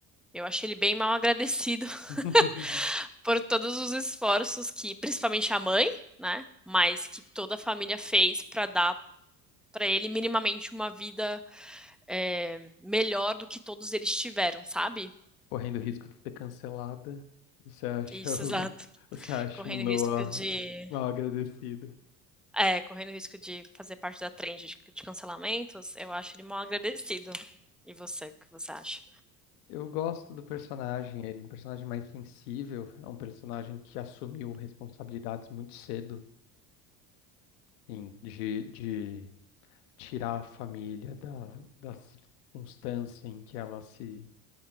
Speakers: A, in the centre; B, on the left (about 75°).
A: eu achei ele bem mal agradecido <laughs>
B: <laughs>
A: por todos os esforços que, principalmente a mãe, né? Mas que toda a família fez para dar para ele minimamente uma vida é, melhor do que todos eles tiveram, sabe?
B: Correndo o risco de ser cancelada, você acha
A: Isso,
B: o,
A: exato.
B: <laughs> você acha
A: Correndo
B: o Noah
A: risco de,
B: mal agradecido?
A: é, correndo risco de fazer parte da trend de, de cancelamentos, eu acho ele mal agradecido. E você, o que você acha?
B: Eu gosto do personagem, ele é um personagem mais sensível, é um personagem que assumiu responsabilidades muito cedo, assim, de, de tirar a família da, da circunstância em que ela se,